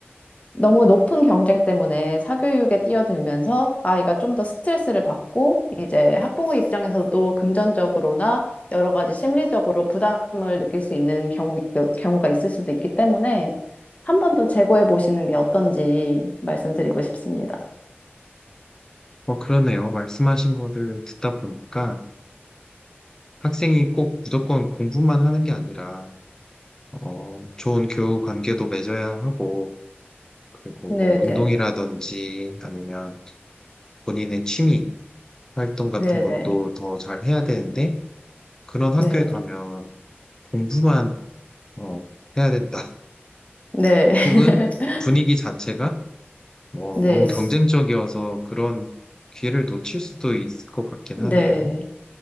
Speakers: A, on the left; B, on the left.
A: 너무 높은 경쟁 때문에 사교육에 뛰어들면서 아이가 좀 더 스트레스를 받고 이제 학부모 입장에서도 금전적으로나 여러 가지 심리적으로 부담을 느낄 수 있는 경우, 경우가 있을 수도 있기 때문에 한 번 더 재고해 보시는 게 어떤지 말씀드리고 싶습니다.
B: 어, 그러네요. 말씀하신 거를 듣다 보니까 학생이 꼭 무조건 공부만 하는 게 아니라, 어, 좋은 교우 관계도 맺어야 하고, 그리고
A: 네네.
B: 뭐 운동이라든지 아니면 본인의 취미 활동 같은
A: 네네.
B: 것도 더 잘 해야 되는데, 그런 학교에
A: 네.
B: 가면 공부만, 어, 해야 된다. <laughs>
A: 네. <laughs>
B: 혹은 분위기 자체가 뭐,
A: 네.
B: 너무 경쟁적이어서 그런 기회를 놓칠 수도 있을 것 같긴
A: 네.
B: 하네요.